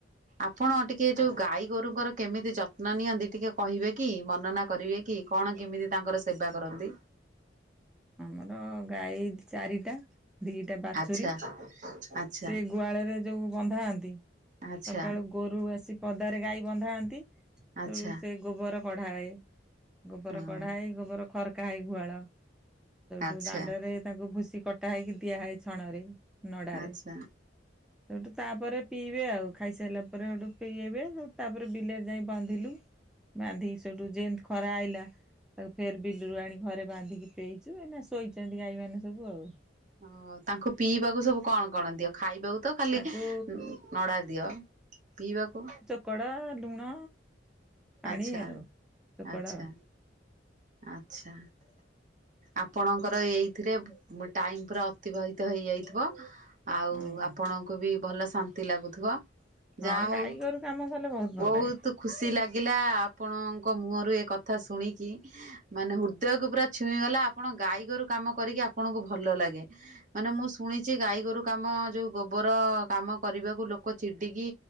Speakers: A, on the right (about 45°); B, in the centre.
A: ଆପଣ ଟିକେ ଯୋଉ ଗାଈ ଗୋରୁଙ୍କର କେମିତି ଯ ତ୍ନ ନିଅନ୍ତି ଟିକେ କହିବେ କି ବର୍ଣ୍ଣନା କରିବେ କି କଣ କେମିତି ତାଙ୍କର ସେବା କରନ୍ତି?
B: ଆମର ଗାଈ ଚାରିଟା ଦିଟା ବାଛୁରୀ।
A: ଆଚ୍ଛା ଆଚ୍ଛା
B: ସେ ଗୁହାଳରେ ଯୋଉ ବନ୍ଧାନ୍ତି
A: ଆଚ୍ଛା
B: ସକାଳୁ ଭୋରୁ ଆସି ପଦାରେ ଗାଈ ବନ୍ଧାନ୍ତି ତେୁ
A: ଆଚ୍ଛା
B: ସେ ଗୋବର କଢାଏ। ଗୋବର
A: ହଁ
B: କଢା ହେ ଗୋବର ଖରକା ହେ ଗୁହାଳ ସେଠୁ
A: ଆଚ୍ଛା
B: ଦାଣ୍ଡରେ ତାଙ୍କୁ ଭୁସି କଟା ହେଇ ଦିଆ ହଏ ଛଣ ରେ ନଡରେ
A: ଆଚ୍ଛା
B: ସେଠୁ ତାପରେ ପିଇବେ ଆଉ ଖାଇସାରିଲା ପରେ ସେଇଠୁ ପିଇବେ ସେଠୁ ତାପରେ ବିଲରେ ଯାଇ ବନ୍ଧିଲୁ। ବାନ୍ଧିକି ସେଠୁ ଯେମ୍ତି ଖରା ଆଇଲା। ତାକୁ ଫେର ବିଲରୁୁ ଆଣି ଘରେ ବାନ୍ଧିକି ପେଇଇଚୁ, ଏଇନା ଶୋଇଚନ୍ତି ଗାଈ ମାନେ ସବୁ ଆଉ।
A: ଓ ତାଙ୍କୁ ପିଇବାକୁ ସବୁ କଣ କଣ ଦିଅ ଖାଇବାକୁ ତ ଖାଲି
B: ତାଙ୍କୁ
A: ନଡା ଦିଅ। ପିଇବାକୁ?
B: ଚୋକଡ଼ା ଲୁଣ ପାଣି
A: ଆଚ୍ଛା
B: ଆଉ ଚୋକଡ଼।
A: ଆଚ୍ଛା ଆଚ୍ଛା। ଆପଣଙ୍କର ଏଇଥିରେ ଟାଇମ ପୁରା ଅତିବାହିତ ହେଇଯାଇଥିବ। ଆଉ
B: ହୁଁ
A: ଆପଣଙ୍କୁ ବି ଭଲ ଶାନ୍ତି ଲାଗୁଥିବ।
B: ହଁ
A: ଯାହା
B: ଗାଈ
A: ହଉ
B: ଗୋରୁ କାମ କଲେ ଭଲ
A: ବହୁତ
B: ଲାଗେ
A: ଖୁସି ଲାଗ ଆଗିଲା ଆପଣଙ୍କ ମୁହଁରୁ ଏ କଥା ଶୁଣିକି ମାନେ ହୃଦୟକୁ ପୁରା ଛୁଇଁଗଲା ଆପଣଙ୍କୁ ଗାଈଗୋରୁ କାମ କରିକି ଆପଣଙ୍କୁ ଭଲ ଲାଗେ। ମାନେ ମୁଁ ଶୁଣିଚି ଗାଈ ଗୋରୁ କାମ ଯୋଉ ଗୋବର କାମ କରିବାକୁ ଲୋକ ଚିଡିକି